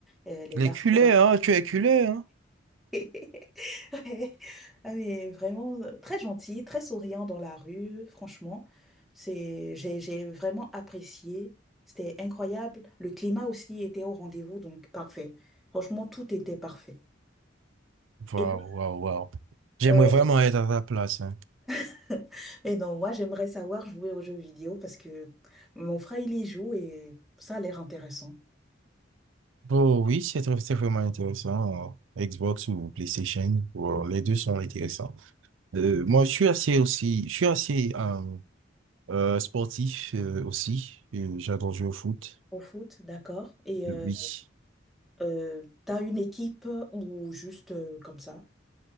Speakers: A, in the centre; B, on the right.
A: euh, les
B: Les
A: Barcelonais.
B: culés, hein? Tu es culé, hein?
A: <laughs> Ouais. Ah, mais vraiment euh, très gentils, très souriants dans la rue. Franchement, c'est, j'ai, j'ai vraiment apprécié. C'était incroyable. Le climat aussi était au rendez-vous, donc parfait. Franchement, tout était parfait.
B: Waouh,
A: Et toi,
B: waouh, waouh. J'aimerais
A: euh,
B: vraiment être à ta place. hein.
A: <laughs> Et non, moi, j'aimerais savoir jouer aux jeux vidéo parce que mon frère, il y joue et ça a l'air intéressant.
B: Oh oui, c'est tr- c'est vraiment intéressant. euh, Xbox ou PlayStation, wow,
A: Mm.
B: les deux sont intéressants. Euh, moi, je suis assez aussi, je suis assez euh, euh, sportif euh, aussi. Euh, J'adore jouer au foot.
A: Au foot, d'accord. Et euh,
B: Euh, Oui.
A: euh, t'as une équipe ou juste euh, comme ça?